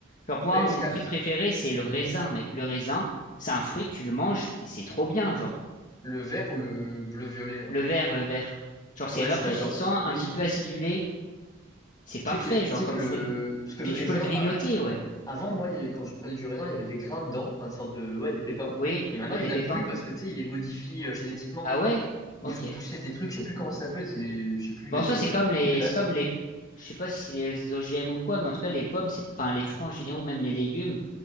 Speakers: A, on the left; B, on the left.
A: Genre, pour
B: Ouais,
A: moi,
B: je
A: mon
B: capte.
A: fruit préféré, c'est le raisin, mec. Le raisin, c'est un fruit, tu le manges, t'es- c'est trop bien, genre.
B: Le vert ou le bleu-violet, là.
A: Le vert, le vert. Genre,
B: Ouais,
A: c'est rafraîchissant,
B: je suis d'accord.
A: un
B: Oui.
A: petit peu acidulé, c'est parfait,
B: Tu sais que, les- tu
A: genre,
B: sais
A: comme
B: que le.
A: fruit.
B: Parce que le
A: Puis
B: raisin.
A: tu peux le grignoter,
B: a-
A: ouais.
B: Avant, moi, il y avait- quand je prenais du raisin, il y avait des grains dedans, enfin, des sortes de. Ouais, des pépins.
A: Oui,
B: Et maintenant,
A: ouais,
B: il
A: des
B: n'y
A: pépins.
B: en a plus parce que, tu sais, ils les modifient euh, génétiquement.
A: Ah ouais?
B: Ils
A: Ok.
B: font pousser des trucs, je sais plus comment ça s'appelle, c'est les. Je sais plus, il
A: Bon,
B: y a une,
A: en soi, c'est comme
B: une,
A: les,
B: une classe.
A: c'est comme les, je sais pas si c'est les OGM ou quoi, mais en tout cas, les pommes, c'est, pas- enfin, les fruits en général, même les légumes,